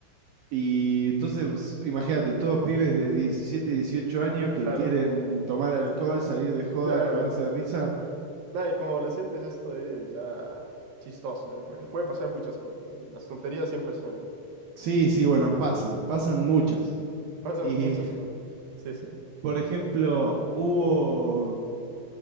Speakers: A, on the right; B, on the right.
A: Y entonces, imagínate, todos pibes de 17, 18 años que
B: Claro,
A: quieren tomar alcohol, salir de joda,
B: <laughs> claro,
A: cagarse
B: claro.
A: de risa.
B: Nada, y como adolescentes esto es ya chistoso, ¿eh? Porque puede pasar muchas cosas, ¿eh? Las tonterías siempre están ahí.
A: Sí, sí, bueno, pasan, pasan muchas.
B: <laughs> Pasan
A: Y,
B: muchas tonterías.
A: <laughs>
B: Sí, sí.
A: por ejemplo, hubo